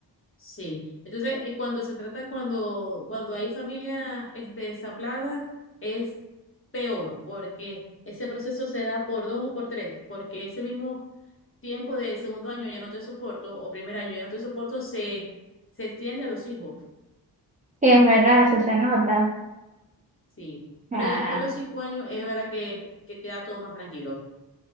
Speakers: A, on the left; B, on the right.
A: Sí, entonces eh, cuando se trata, cuando, cuando hay familia este, ensamblada, es peor porque ese proceso se da por dos o por tres, porque ese mismo tiempo de segundo año ya no te soporto o primer año ya no te soporto se, se extiende a los hijos,
B: sí, es verdad, eso se nota.
A: sí, pero
B: Ah,
A: ya después de los cinco años es verdad que, que queda todo más tranquilo.